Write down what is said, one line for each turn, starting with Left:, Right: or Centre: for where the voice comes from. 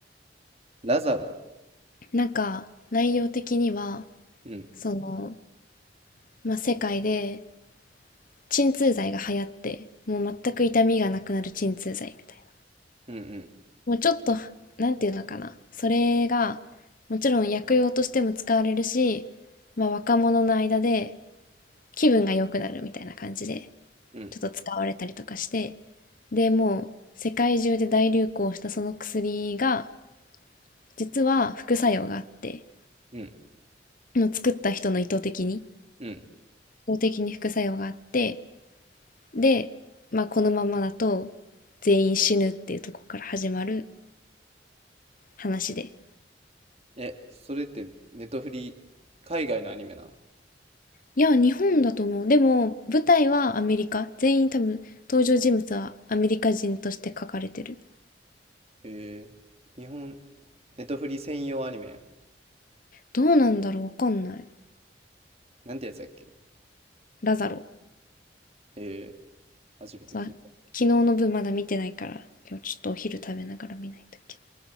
Right: ラザロ。
Left: なんか内容的には
Right: うん。
Left: その、まあ、世界で鎮痛剤が流行ってもう全く痛みがなくなる鎮痛剤みたいな
Right: うんうん。
Left: もうちょっとなんていうのかなそれがもちろん薬用としても使われるし、まあ、若者の間で気分が良くなるみたいな感じで
Right: うん
Left: ちょっと使われたりとかしてでもう世界中で大流行したその薬が実は副作用があって
Right: うん。
Left: もう作った人の意図的に
Right: うん。
Left: 意図的に副作用があってで、まあ、このままだと全員死ぬっていうところから始まる話で
Right: え、それってネトフリ、海外のアニメな。
Left: いや日本だと思うでも舞台はアメリカ全員多分登場人物はアメリカ人として書かれてる
Right: えー、日本、ネトフリ専用アニメ。
Left: どうなんだろうわかんない
Right: なんてやつやっけ
Left: ラザロ
Right: えー、初めて聞いた。
Left: そう、昨日の分まだ見てないから、今日ちょっとお昼食べながら見ないといけない。